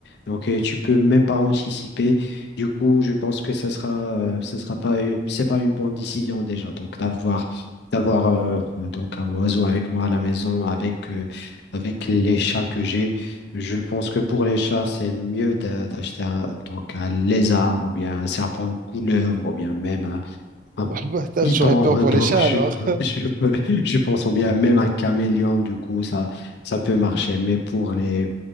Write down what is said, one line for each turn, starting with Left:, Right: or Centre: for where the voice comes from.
Left: Donc, euh, tu peux même pas anticiper. Du coup, je pense que ça sera, euh, ça sera pas, une- c'est pas une bonne décision déjà. Donc, d'avoir, d'avoir euh, donc un oiseau avec moi à la maison, avec, euh, avec les chats que j'ai. Je pense que pour les chats, c'est mieux d'a- d'acheter un, donc un lézard ou bien un serpent couleur ou bien même un
Right: <laughs> Bah, t'as-
Left: Python,
Right: J'aurais peur pour
Left: <laughs> donc
Right: les chats
Left: je,
Right: alors.
Left: pense-
Right: <laughs>
Left: je, peux- je pense bien même un caméléon, du coup, ça, ça peut marcher. Mais pour les,